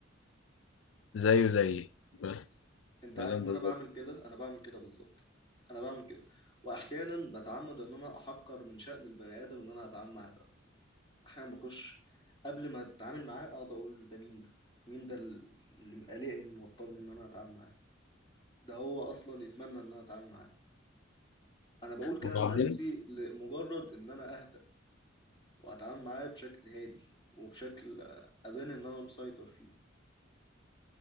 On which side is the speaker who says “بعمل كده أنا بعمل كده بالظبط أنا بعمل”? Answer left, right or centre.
Left